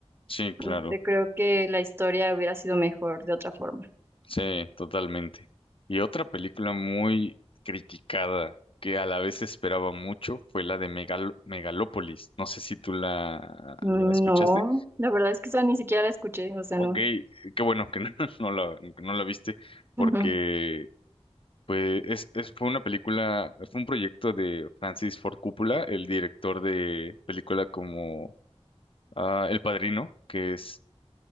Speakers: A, on the left; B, on the right.
A: Sí, claro,
B: Este, creo que la historia hubiera sido mejor de otra forma.
A: sí, totalmente. Y otra película muy criticada que a la vez esperaba mucho fue la de Megal- Megalópolis, no sé si tú la,
B: No,
A: la escuchaste.
B: la verdad es que esa ni siquiera la escuché, o sea,
A: Ok,
B: no.
A: eh, qué bueno que no, <laughs> no la, que no la viste, porque
B: Ujú.
A: pues es, es- fue una película, fue un proyecto de Francis Ford Coppola, el director de película como ah, El Padrino, que es,